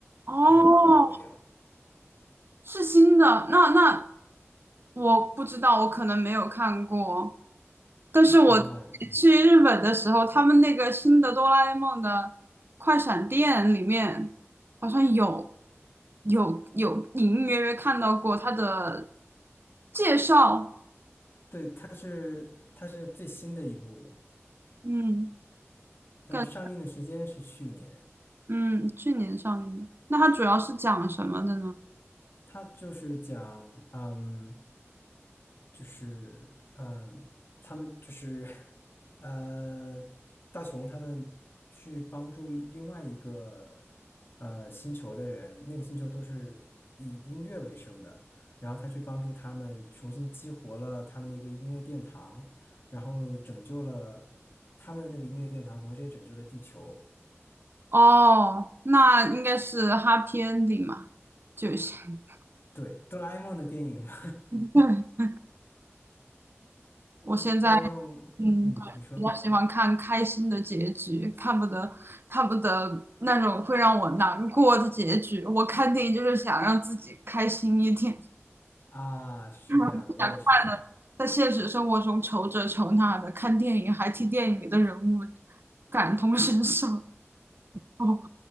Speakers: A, on the right; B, on the left.
A: 哦，
B: 不知道你看过没有？
A: 是新的，那那我不知道，我可能没有看过。但是我
B: 啊、
A: 去日本的时候，他们那个新的哆啦 A 梦的快闪店里面，好像有有有隐隐约约看到过它的介绍。
B: 对，它是它是最新的一部，
A: 嗯，
B: 但上映的时间是去年。
A: 感嗯，去年上映的。那它主要是讲什么的呢？
B: 他就是讲，嗯，就是嗯，他们就是呃，大雄他们去帮助另外一个呃星球的人，那个星球都是以音乐为生的，然后他去帮助他们重新激活了他们的一个音乐殿堂，然后拯救了他们的那个音乐殿堂，同时也拯救了地球。
A: 哦，那应该是 happy ending 嘛，就行。
B: 对，哆啦 A 梦的电影嘛，
A: 对，<laughs> 我现在
B: <laughs> 哆啦 A 梦，
A: 嗯，
B: 嗯，
A: 对，
B: 你说。
A: 比较喜欢看开心的结局，看不得看不得那种会让我难过的结局。我看电影就是想让自己开心一点，
B: 啊，是这样的，
A: 不想快乐。
B: 我也是，
A: 在现实生活中愁这愁那的，看电影还替电影里的人物感同身受，<laughs> 哦，